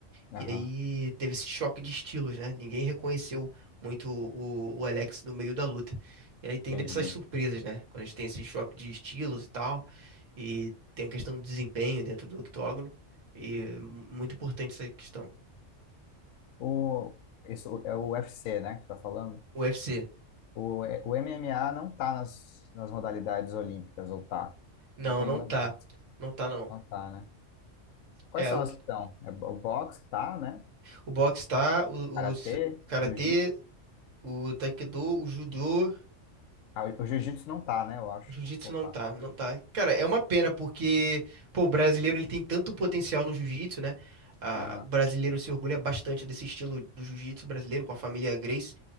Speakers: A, on the left; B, on the right.
A: aham,
B: E aí teve esse choque de estilos, né? Ninguém reconheceu muito o, o Alex no meio da luta. E aí tem
A: entendi.
B: dessas surpresas, né? Quando a gente tem esse choque de estilos e tal, e tem a questão do desempenho dentro do octógono, e mu- muito importante essa questão.
A: O, isso é o UFC, né, que você tá falando?
B: O UFC,
A: O, é, o MMA não tá nas, nas modalidades olímpicas, ou tá?
B: não,
A: Não tenho
B: não
A: lembrado.
B: tá. Não tá, não.
A: Não tá, né? Quais
B: É,
A: são
B: o,
A: as que estão? É, o boxe tá, né?
B: o boxe tá, o,
A: Karatê,
B: o s- karatê,
A: jiu-jitsu.
B: o taekwondo, o judô
A: Ah, o o jiu-jitsu não tá, né? Eu acho.
B: Jiu-jitsu
A: Ou
B: não
A: tá.
B: tá, não tá. Cara, é uma pena porque, pô, o brasileiro ele tem tanto potencial no jiu-jitsu, né? Ah,
A: Aham.
B: o brasileiro se orgulha bastante desse estilo do jiu-jitsu brasileiro com a família Grace